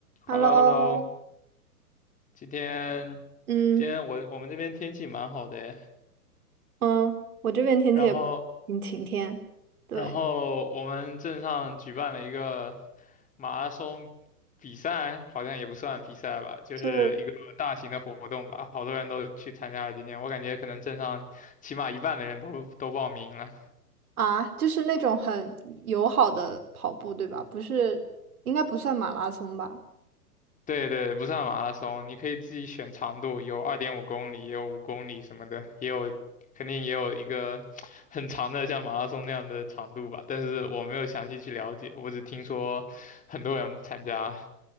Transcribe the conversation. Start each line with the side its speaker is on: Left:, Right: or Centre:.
Right: Hello，
Left: h e l l o h e l l o 今天
Right: 嗯
Left: 今天我我们这边天气蛮好的诶
Right: 嗯，我这边天气也
Left: 然后
Right: 挺晴天，对
Left: 然后我们镇上举办了一个马拉松比赛，好像也不算比赛吧，就是一个大型的活动吧，
Right: 是
Left: 好多人都去参加了今天，我感觉可能镇上起码一半的人都都报名了。
Right: 啊，就是那种很友好的跑步，对吧？不是，应该不算马拉松吧
Left: 对对，不算马拉松，你可以自己选长度，有二点五公里，也有五公里什么的，也有，肯定也有一个 <laughs> 很长的像马拉松那样的长度吧。但是我没有详细去了解，我只听说很多人参加，